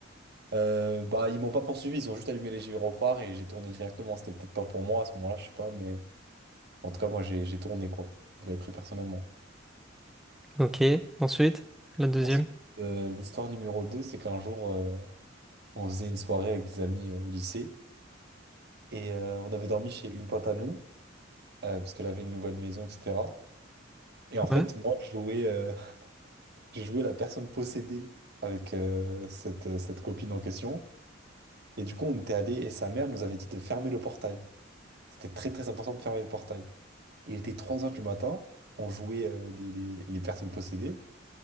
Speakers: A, on the right; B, in the centre.
A: Euh, bah, ils m'ont pas poursuivi, ils ont juste allumé les gyrophares et j'ai tourné directement. C'était peut-être pas pour moi à ce moment-là, je sais pas, mais en tout cas, moi, j'ai j'ai tourné, quoi. Je l'avais pris personnellement.
B: Ok, ensuite, la deuxième.
A: Ensuite, euh, l'histoire numéro 2, c'est qu'un jour, euh, on faisait une soirée avec des amis euh, au lycée et euh, on avait dormi chez une pote à nous, euh, parce qu'elle avait une nouvelle maison, etc. Et en fait,
B: Ouais.
A: moi, je jouais, euh, <laughs> je jouais la personne possédée avec euh, cette, cette copine en question. Et du coup, on était allé et sa mère nous avait dit de fermer le portail. C'était très très important de fermer le portail. Et Il était 3 heures du matin, on jouait euh, les, les- les personnes possédées